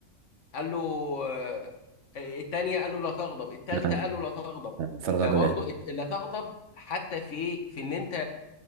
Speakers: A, on the left; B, on the right.
A: قال له آه، التانية قال له لا تغضب التالتة
B: نعم
A: قال له لا تغضب
B: نعم. فالغد
A: فبرضه
B: معك
A: الت- لا تغضب حتى في ايه في ان انت